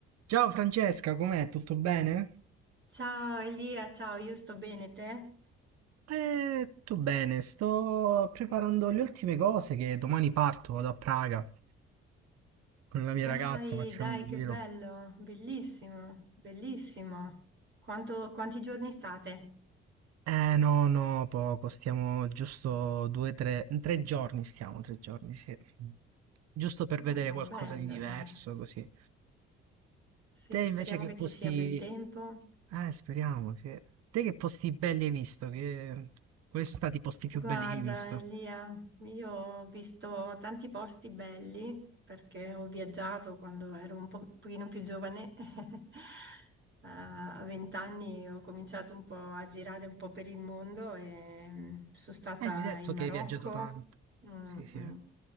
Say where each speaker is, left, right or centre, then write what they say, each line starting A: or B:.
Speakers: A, on the right; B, on the right.
A: Ciao Francesca, com'è? Tutto bene?
B: Ciao Elia, ciao, io sto bene, te?
A: Eh, tutto bene, sto preparando le ultime cose che domani parto, vado a Praga con la mia
B: Dai,
A: ragazza, facciamo
B: dai,
A: un giro.
B: che bello, bellissimo, bellissimo. Quanto- quanti giorni state?
A: Eh no, no, poco, stiamo giusto due, tre, tre giorni stiamo, tre giorni, sì. Giusto per
B: Ah,
A: vedere qualcosa
B: bello,
A: di diverso,
B: dai.
A: così.
B: Sì,
A: Te invece
B: speriamo
A: che
B: che
A: posti...
B: ci sia bel tempo.
A: Eh, speriamo, sì. Te che posti belli hai visto? Che... Quali sono stati i posti più
B: Guarda,
A: belli che hai visto?
B: Elia, io ho visto tanti posti belli perché ho viaggiato quando ero un po- pochino più giovane. <laughs> A vent'anni ho cominciato un po' a girare un po' per il mondo e mm, sono stata
A: Eh, gli hai detto
B: in Marocco,
A: che hai viaggiato tanto.
B: mm,
A: Sì, sì.
B: mm,